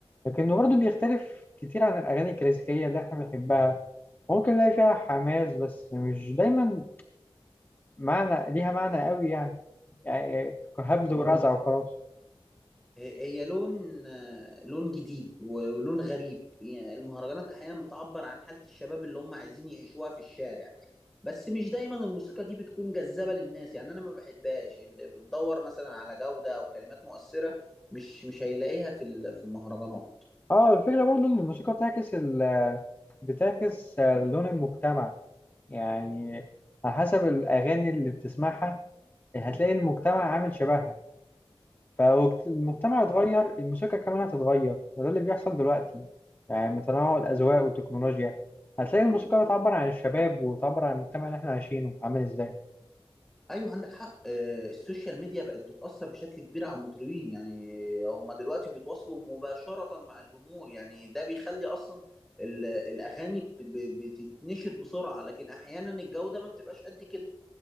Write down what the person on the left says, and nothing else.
لكنه برضه بيختلف كتير عن الأغاني الكلاسيكية اللي احنا بنحبها ممكن نلاقي فيها حماس بس مش دايما معنى ليها معنى قوي يعني, يعني هبد ورزع وخلاص
اه الفكرة برضه إن الموسيقى بتعكس ال بتعكس لون المجتمع يعني على حسب الأغاني اللي بتسمعها هتلاقي المجتمع عامل شبهها فالمجتمع اتغير الموسيقى كمان هتتغير وده اللي بيحصل دلوقتي يعني من تنوع الأذواق والتكنولوجيا هتلاقي الموسيقى بتعبر عن الشباب وتعبر عن المجتمع اللي احنا عايشينه عامل ازاي